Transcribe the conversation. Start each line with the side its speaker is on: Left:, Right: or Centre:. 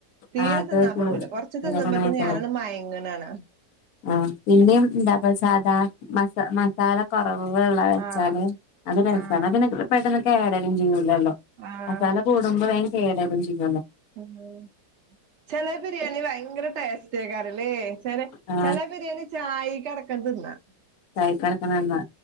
Right: തീരെ
Left: ആ അത്
Right: തിന്നാൻ
Left: ജീരകം
Right: പോവുല കൊറച്ച് തിന്നുമ്പത്തന്നെ
Left: വെളുത്തുള്ളി
Right: ഞാനങ്ങ് മയങ്ങനാണ്.
Left: ആ പിന്നെയും എന്താപ്പ സാധാ മസ മസാല പ വെള്ള വെച്ചാല്
Right: ആഹ്
Left: അത് രസമാണ്
Right: ആഹ്
Left: പിന്നെ പെട്ടെന്ന് കേടരും ചെയ്യും ല്ലല്ലോ
Right: ആഹ്
Left: മസാല കൂടുമ്പോ വേം കേടാകും ചെയ്യല്ലോ.
Right: കണ്ടോളി ചില ബിരിയാണി ഭയങ്കര ടേസ്റ്റ് ആയിക്കാറില്ലേ ചില
Left: ആ
Right: ചില ബിരിയാണി ചായികെ വെക്കാം തിന്നാം
Left: തായിക്കടക്കണംണ്ടാ